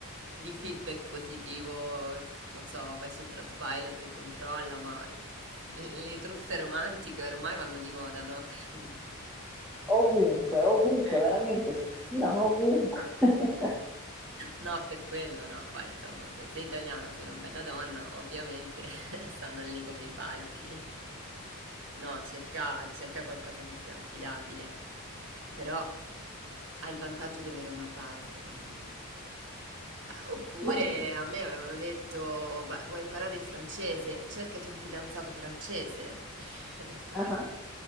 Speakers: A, on the right (about 55°); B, in the centre.
A: di feedback positivo. S- Non so, vai su Trustpilot e controlla, ma le le truffe romantiche ormai vanno di moda, no? <laughs> Quindi
B: Ovunque, ovunque,
A: Eh.
B: veramente, si filano ovunque. <laughs>
A: no, per quello no. Poi insomma, se sei italiana, sei una bella donna, ovviamente <laughs> stanno lì come i falchi. No, cerca, cerca qualcosa che sia affidabile, però hai il vantaggio di avere una base, quindi... Ah, Oppure
B: Va bene.
A: a me avevano detto, "Beh, vuoi imparare il francese e cercati un fidanzato francese. <laughs> Ho detto,
B: Ah,
A: "Ma-